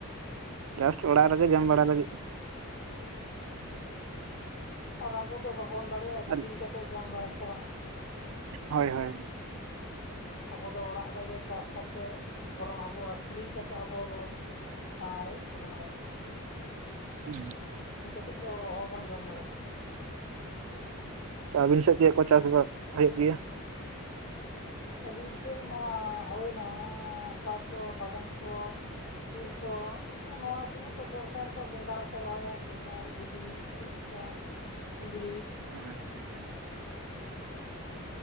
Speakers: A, on the right; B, on the left.
A: ᱡᱟᱥᱴ ᱚᱲᱟᱜ ᱨᱮᱜᱮ ᱡᱚᱢ ᱵᱟᱲᱟ ᱞᱟᱹᱜᱤᱫ
B: ᱟᱨ ᱟᱵᱚ ᱫᱚ ᱵᱟᱵᱚᱱ ᱫᱟᱲᱮᱭᱟᱜᱼᱟ
A: ᱟᱨ
B: ᱠᱤᱨᱤᱧ ᱠᱟᱛᱮ ᱡᱚᱢ ᱫᱚ ᱦᱮᱸ ᱥᱮ ᱵᱟᱝ
A: ᱦᱳᱭ ᱦᱳᱭ
B: ᱟᱵᱚ ᱫᱚ ᱚᱲᱟᱜ ᱨᱮᱜᱮ ᱪᱟᱥ ᱠᱟᱛᱮᱫ ᱟᱵᱚᱨᱮᱢ ᱟᱵᱚ ᱟᱹᱠᱷᱨᱤᱧ ᱠᱟᱛᱮᱜ ᱟᱵᱚ ᱫᱚ ᱛᱟᱦᱮᱸ ᱦᱳᱭᱳᱜ ᱛᱟᱵᱚᱱᱟ
A: ᱦᱩ
B: <unintelligible> ᱫᱚ ᱚᱦᱚᱵᱚᱱ ᱡᱚᱢ ᱫᱟᱲᱮ ᱠᱮᱭᱟ
A: ᱟᱵᱤᱱ ᱥᱮᱫ ᱪᱮᱫ ᱠᱚ ᱪᱟᱥ ᱵᱟᱥ ᱦᱳᱭᱳᱜ ᱜᱮᱭᱟ
B: ᱟᱹᱞᱤᱧ ᱥᱮᱜ ᱢᱟ ᱦᱳᱭ ᱱᱟ ᱟᱯᱟᱛᱚ ᱵᱟᱫᱟᱢ ᱠᱚ ᱛᱤᱞ ᱠᱚ ᱱᱚᱣᱟ ᱥᱩᱢᱟᱹᱡ ᱫᱚ ᱵᱚᱨᱥᱟ ᱨᱮᱛᱚ ᱵᱮᱸᱜᱟᱲ ᱠᱚ ᱨᱚᱦᱚᱭᱟ ᱵᱮᱸᱜᱟᱲ <unintelligible> ᱪᱟ ᱠᱩᱸᱫᱽᱨᱤ
A: ᱟᱪᱪᱷᱟ